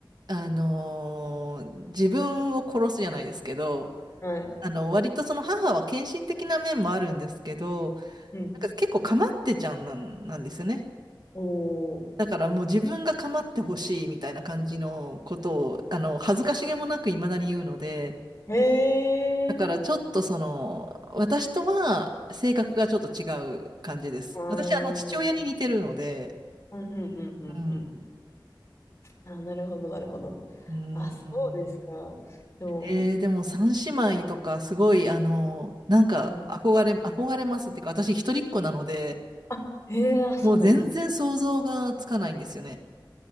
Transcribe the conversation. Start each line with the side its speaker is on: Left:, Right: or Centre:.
Right: う、あの、自分を殺すじゃないですけど、
Left: はい。
Right: あの、割とその母は献身的な面もあるんですけど、
Left: うん。
Right: なんか結構構ってちゃんなん、なんですよね。
Left: おー。
Right: だからもう自分が構ってほしいみたいな感じのことを、あの、恥ずかしげもなく未だに言うので、
Left: へえ。
Right: だからちょっとその、私とは性格がちょっと違う感じです。
Left: あー。
Right: 私、あの、父親に似てるので、
Left: うんうんうんうんうん。
Right: うん。
Left: あ、なるほど、なるほど。
Right: うん。
Left: あ、そうですか。でも、
Right: えーでも三姉妹とかすごい、あの、なんか憧れ、
Left: うん。
Right: 憧れますっていうか、私一人っ子なので、
Left: あ、ええあ、そうなんです。
Right: もう全然想像がつかないんですよね。